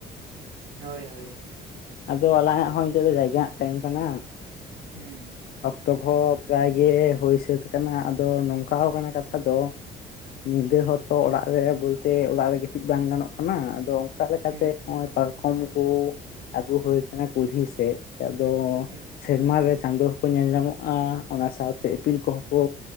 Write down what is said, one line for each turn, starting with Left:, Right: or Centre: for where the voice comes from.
Right: ᱦᱳᱭ ᱦᱳᱭ
Left: ᱟᱫᱚ ᱟᱞᱟᱝᱟᱜ ᱦᱚᱸ ᱱᱤᱛᱚᱜ ᱫᱚ ᱡᱟᱭᱜᱟᱱᱟᱜ ᱴᱟᱭᱤᱢ ᱠᱟᱱᱟ᱾
Right: ᱦᱩᱸ
Left: ᱚᱠᱛᱚ ᱠᱚᱦᱚᱸ ᱯᱨᱟᱭ ᱜᱮ ᱦᱩᱭ ᱥᱟᱹᱛ ᱠᱟᱱᱟ ᱟᱫᱚ ᱱᱚᱝᱠᱟ ᱠᱟᱱᱟ ᱠᱟᱛᱷᱟ ᱫᱚ ᱧᱤᱫᱟᱹ ᱦᱚᱸᱛᱚ ᱚᱲᱟᱜ ᱨᱮ ᱵᱟᱹᱛᱮ ᱚᱲᱟᱜ ᱨᱮ ᱜᱤᱛᱤᱡᱽ ᱵᱟᱝ ᱜᱟᱱᱚᱜ ᱠᱟᱱᱟ ᱟᱫᱚ ᱚᱠᱟ ᱞᱮᱠᱟᱛᱮ
Right: ᱦᱩᱸ
Left: ᱱᱚᱜ-ᱚᱭ ᱯᱟᱨᱠᱚᱢ ᱠᱚ ᱟᱹᱜᱩ ᱦᱩᱭ ᱠᱟᱱᱟ ᱠᱩᱞᱦᱤ ᱥᱮᱫ, ᱟᱫᱚ
Right: ᱟᱪᱪᱷᱟ
Left: ᱥᱮᱨᱢᱟ ᱨᱮ ᱪᱟᱸᱫᱚ ᱦᱚᱸᱠᱚ ᱧᱮᱞ ᱧᱟᱢᱚᱜ-ᱟ ᱚᱱᱟ ᱥᱟᱶᱛᱮ ᱤᱯᱤᱞ ᱠᱚᱦᱚᱸ ᱠᱚ